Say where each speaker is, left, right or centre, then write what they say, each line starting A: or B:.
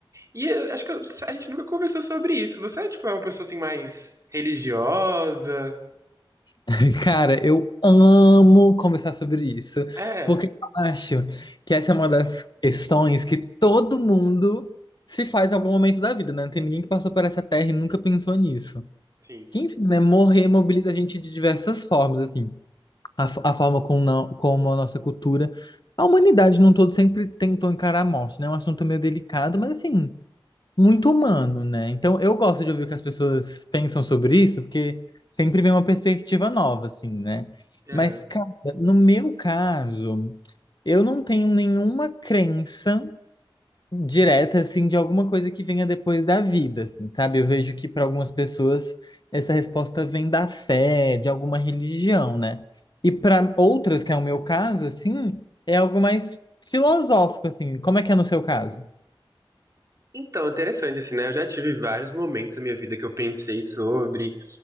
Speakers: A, on the right (about 35°); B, on the left (about 50°).
A: E eu acho que eu- a gente nunca conversou sobre isso. Você, tipo, é uma pessoa, assim, mais religiosa?
B: <laughs> Cara, eu amo conversar sobre isso,
A: É,
B: porque eu acho que essa é uma das questões que todo mundo se faz em algum momento da vida, né? Não tem ninguém que passou por essa terra e nunca pensou nisso.
A: sim.
B: Que, enfim, né? Morrer mobiliza a gente de diversas formas, assim. A, f- a forma como, não, como a nossa cultura, a humanidade num todo sempre tentou encarar a morte, né? É um assunto meio delicado, mas assim. muito humano, né? Então eu gosto de ouvir o que as pessoas pensam sobre isso, porque sempre vem uma perspectiva nova, assim, né?
A: Aham.
B: Mas, cara, no meu caso, eu não tenho nenhuma crença direta, assim, de alguma coisa que venha depois da vida, assim, sabe? Eu vejo que para algumas pessoas essa resposta vem da fé, de alguma religião, né? E para outras, que é o meu caso, assim, é algo mais filosófico, assim. Como é que é no seu caso?
A: Então, interessante, assim, né? Eu já tive vários momentos da minha vida que eu pensei sobre.